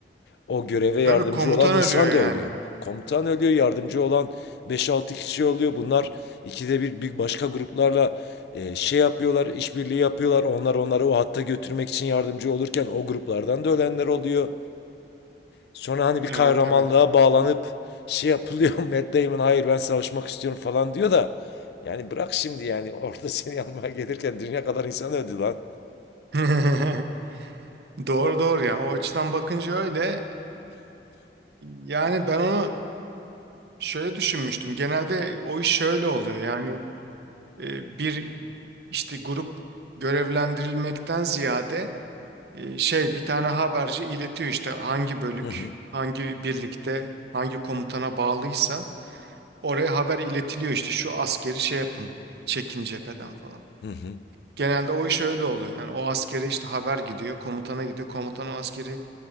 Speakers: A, on the left; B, on the right.
A: o göreve yardımcı
B: Ve bir komutan
A: olan insan
B: ölüyor yani.
A: da ölüyor. Komutan ölüyor, yardımcı olan beş altı kişi oluyor. Bunlar ikide bir, bir başka gruplarla e, şey yapıyorlar, işbirliği yapıyorlar. Onlar onları o hatta götürmek için yardımcı olurken o gruplardan da ölenler oluyor. Sonra hani bir
B: Evet
A: kahramanlığa
B: evet.
A: bağlanıp şey yapılıyor. <laughs> Matt Damon hayır ben savaşmak istiyorum falan diyor da. Yani bırak şimdi yani <laughs> orada seni almaya gelirken dünya kadar insan öldü lan.
B: <laughs> Doğru doğru ya. O açıdan bakınca öyle. Yani ben onu şöyle düşünmüştüm. Genelde o iş şöyle oluyor. Yani e, bir işte grup görevlendirilmekten ziyade e, şey bir tane haberci iletiyor işte hangi bölük,
A: Hı hı
B: hangi birlikte, hangi komutana bağlıysa oraya haber iletiliyor işte şu askeri şey yapın, çekin cepheden falan.
A: hı hı.
B: Genelde o iş öyle oluyor. Yani o askere işte haber gidiyor, komutana gidiyor. Komutan o askeri